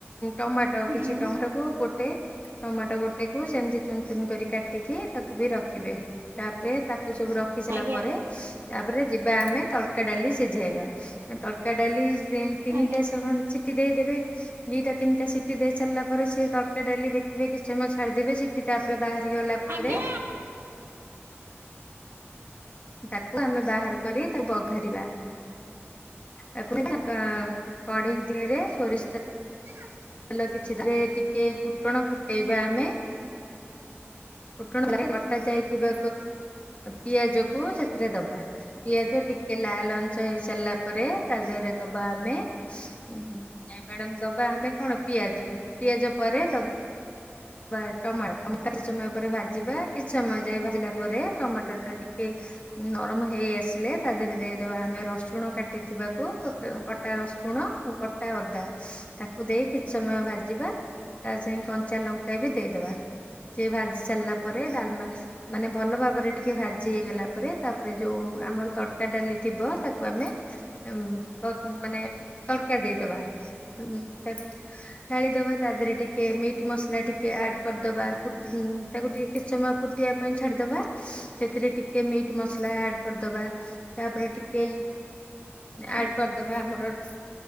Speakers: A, on the left; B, on the right.
A: ଟମାଟୋ
B: ହୁଁ
A: କିଛି ଟମାଟୋକୁୁ ଗୋଟେ ଟମାଟୋ ଗୋଟେ କୁ ସେମିତି ଚୁନ ଚୁନ କରି କାଟିକି ତାକୁ ବି ରଖିବେ ତାପରେ ତାକୁ ସବୁ ରଖି ସାରିଲା
B: ଆଜ୍ଞା
A: ପରେ ତାପରେ ଯିବା ଆମେ ତଡ଼କା ଡାଲି ସିଝେଇବା ତଡକା ଡାଲି ତିନିଟା
B: ଆଜ୍ଞା ଆଜ୍ଞା। ହୁଁ। ଆଜ୍ଞା ମ୍ୟାଡ଼ାମ।
A: ସେ ସିଟି ଦେଇଦେବେ ଦିଟା ତିନିଟା ସିଟି ଦେଇ ସାରିଲା ପରେ ସେ ତଡକା ଡାଲି ଦେଖିବେ କିଛି ସମୟ ଛାଡିଦେବେ ସିଠି ତାପରେ ବାହାରି ଗଲା
B: ଆଜ୍ଞା
A: ପରେ ତାକୁ ଆମେ ବାହାର କରି ତାକୁ ବଘାରିବା ତାକୁ ହ ତା କଢେଈ ଦେହରେ ସୋରିଷ ତେ
B: ହଁ
A: ତେଲ କିଛିଥିରେ ଟିକେ ଫୁଟଣ ଫୁଟେଇବା ଆମେ ଫୁଟଣ କଟା ଯାଇଥିବା ପିଆଜ କୁ ସେ ରେ ଦବା ପିଆଜ ଟିକେ ଲାଲ ଛ ହେଇ ସାରିଲା ପରେ ତା ଦେହରେ ଦବା ଆମେ ମ୍ୟାଡାମ୍ ଦବା ଆମେ କଣ ପିଆଜ ପିଆଜ ପରେ ତ ବା ଟମାଟ କିଛି ସମୟ ପରେ ଭାଜିବା କିଛି ସମୟ ଯାଏ ଭାଜିଲା ପରେ ଟମାଟର ଟା ଟିକେ ନରମ ହେଇ ଆସିଲେ ତା ଦେହରେ ଦେଇଦେବା ଆମେ ରସୁଣ କାଟିଥିବାକୁ କଟା ରସୁଣ ଆଉ କଟା ଅଦା ତାକୁ ଦେଇ କିଛି ସମୟ ଭାଜିବା ତା ସାଙ୍ଗ କଞ୍ଚା ଲଙ୍କା ବି ଦେଇଦବା ସେ ଭାଜି ସାରିଲା ପରେ ଡାଲମା ମାନେ ଭଲ ଭାବରେ ଟିକେ ଭାଜି ଜି ଗଲା ପରେ ତାପରେ ଯୋଉ ଆମର ତଡ଼କା ଡାଲି ଥିବ ତାକୁ ଆମେ ଉ ମାନେ ତଡକା ଦେଇଦବା ତାକୁ ଢାଳି ଦବା ତା ଦେହରେ ଟିକେ ମିଟ୍ ମସଲା ଟିକେ ଆଡ କରିଦବା ତାକୁ ଟିକେ କିଛି ସମୟ ଫୁଟିବା ପାଇଁ ଛାଡ଼ିଦେବା ସେଥିରେ ଟିକେ ମିଟ୍ ମସଲା ଆଡ଼୍ କରିଦବା ତାପରେ ଟିକେ ଆଡ କରିଦବା ଆମର ଟେ